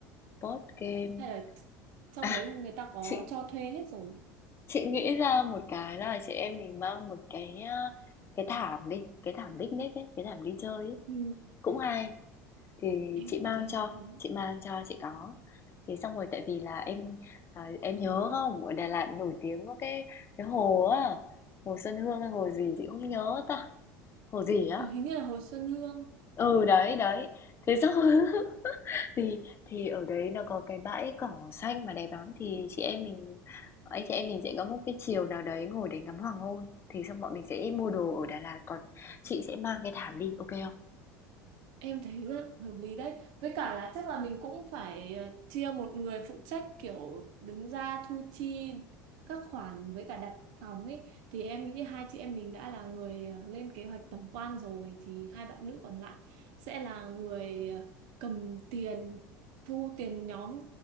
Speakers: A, on the left (about 30°); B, on the right (about 55°).
A: board game.
B: hay là trong
A: À,
B: đấy người ta có
A: chị
B: cho thuê hết rồi
A: Chị nghĩ ra một cái là chị em mình mang một cái ờ, cái thảm đi, cái thảm picnic ấy, cái thảm đi chơi ấy.
B: ừ.
A: Cũng hay. Thì
B: em
A: chị
B: cũng
A: mang
B: thấy hợp
A: cho,
B: lý.
A: chị mang cho chị có. Thì xong rồi tại vì là em à, em nhớ không, ở Đà Lạt nổi tiếng có cái cái hồ á, hồ Xuân Hương hay hồ gì chị không nhớ ta. Hồ gì á?
B: Ờ, hình như là hồi Xuân Hương
A: Ừ đấy, đấy. Thế xong <laughs> Thì thì ở đấy nó có cái bãi cỏ xanh mà đẹp lắm, thì chị em mình anh chị em mình sẽ có một cái chiều nào đấy ngồi để ngắm hoàng hôn, thì xong bọn mình sẽ mua đồ ở Đà Lạt, còn chị sẽ mang cái thảm đi, ok không?
B: Em thấy rất hợp lý đấy. Với cả là chắc là mình cũng phải ờ, chia một người phụ trách kiểu đứng ra thu chi các khoản với cả đặt phòng ấy. Thì em nghĩ hai chị em mình đã là người ờ, lên kế hoạch tổng quan rồi thì hai bạn nữ còn lại sẽ là người ờ, cầm tiền, thu tiền nhóm